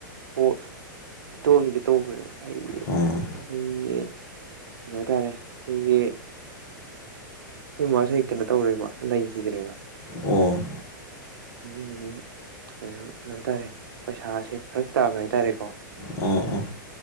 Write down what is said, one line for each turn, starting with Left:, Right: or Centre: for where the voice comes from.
Right: ꯑꯣ ꯇꯧꯋꯦꯄꯇꯒꯤ ꯇꯧꯈ꯭ꯔꯦꯕ ꯑꯩ
Left: ꯑꯣ
Right: ꯑꯩ ꯀꯩꯅꯣ ꯍꯥꯏꯇꯥꯔꯦ ꯑꯩꯈꯣꯏꯒꯤ ꯑꯈꯣꯢ ꯃꯥꯖꯦ ꯀꯩꯅꯣ ꯇꯧꯔꯦꯕ ꯂꯩꯈꯤꯗ꯭ꯔꯦꯕ
Left: ꯑꯣ...
Right: ꯑꯗꯨꯗꯨꯒꯤ ꯀꯩꯅꯣ ꯍꯥꯏꯇꯥꯔꯦ ꯄꯩꯁꯥꯁꯦ ꯐꯔꯛ ꯇꯥꯕ ꯍꯥꯏꯇꯥꯔꯦꯀꯣ
Left: ꯑꯣ ꯑꯣ